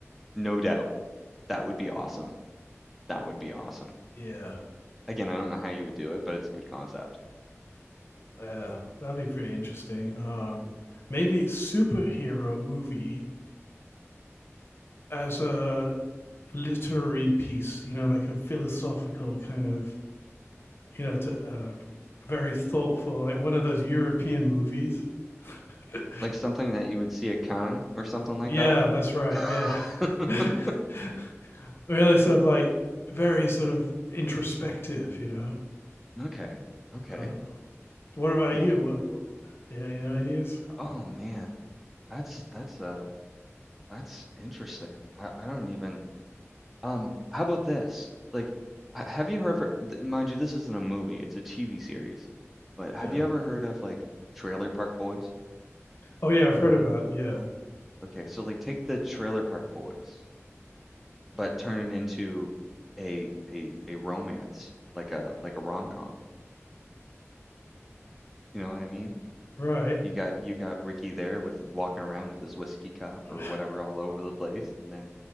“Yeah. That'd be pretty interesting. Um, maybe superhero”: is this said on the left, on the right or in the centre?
Left